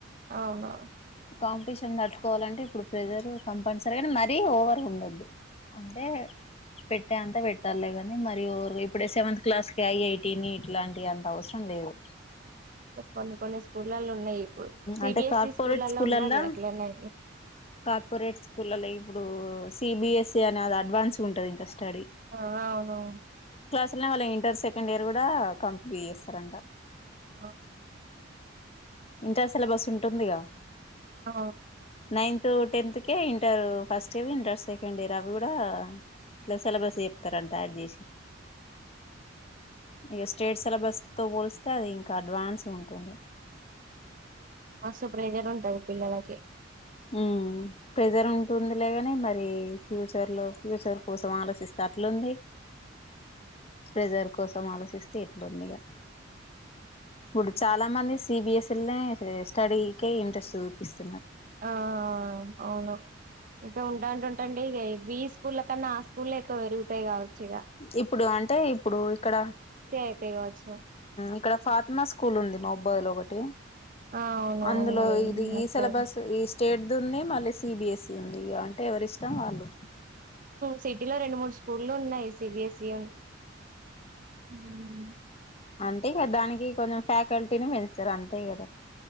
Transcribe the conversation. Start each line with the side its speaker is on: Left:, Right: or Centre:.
Right: అవును
Left: కాంపిటీషన్ తట్టుకోవాలింటే ఇప్పుడు ప్రెజర్ కంపల్సరీగా మరీ ఓవర్ ఉండదు అంటే పెట్టే అంత పెట్టాలిగాని మరి ఇప్పుడ సెవంతు క్లాస్కి ఐఐటి నీట్ లాంటివి అంత అవసరం లేదు
Right: కొన్ని కొన్ని స్కూళ్లో ఉన్నాయి ఇప్పుడు సిబిఎస్ఈ
Left: అంటే కార్పొరేట్
Right: స్కూల్లో
Left: స్కూలల్లా
Right: ఉన్నది అట్లనే
Left: కార్పొరేట్ స్కూల్లో ఇప్పుడు సిబిఎస్సి అనేది అడ్వాన్స్ ఉంటది ఇంకా స్టడీ
Right: ఆ అవునవును
Left: అసలనే వాళ్ళ ఇంటర్ సెకండ్ ఇయర్ కూడా కంప్లీట్ చేస్తారంట
Right: ఆ
Left: ఇంటర్ సిలబస్ ఉంటుందిగా
Right: ఆ
Left: నైన్త్ టెన్త్ కె ఇంటరు ఫస్ట్ ఇంట సెండ్ఇర్ అవి కూడా ఇట్లా సిలబస్ చెప్తారంట యాడ్ చేసి ఇక స్టేట్ సెలబస్తో పోలిస్తే అది ఇంకా అడ్వాన్స్ ఉంటుంది
Right: మస్తు ప్రెషర్ ఉంటది పిల్లలకి
Left: ఉ ప్రెజర్ ఉంటుంది లేగాని మరి ఫ్యూచర్ లో ఫ్యూచర్ కోసం ఆలోచిస్తేట్లుంది ప్రెజర్ కోసం ఆలోచిస్తే ఇట్లుందిగా ఇప్పుడు చాలా మంది సిబిఎస్ఈ స్టడీ కే ఇంట్రెస్ట్ చూపిస్తంది
Right: ఆ ఆ అవును ఇంకా ఉంటంట ఉంటండి ఈ స్కూల్లో కన్నా ఆ స్కూల్ స్కూల్ ఎక్కువ పెరుగుతాయి కావచ్చు ఇగ
Left: ఇప్పుడు అంటే ఇప్పుడు ఇక్కడ
Right: అయితాయి కావచ్చు
Left: ఇక్కడ ఫాతిమా స్కూల్ ఉంది మా అబ్బాయి ఒకటి
Right: ఆ అవును
Left: అందులో
Right: అవును
Left: ఇది ఈ
Right: అటు
Left: సిలబస్
Right: సైడ్
Left: స్టేట్ది ఉంది మళ్ళీ సిబిఎస్ఈ ఉంది ఇ అంటే ఎవరి ఇష్టం వాళ్ళు
Right: సిటీలో రెండు మూడు స్కూళ్లు ఉన్నాయి సిబిఎస్ఈని ఉ
Left: అంతే కదా దానికి కొంచెం ఫ్యాకల్టీని పెంచుతారు అంతే కదా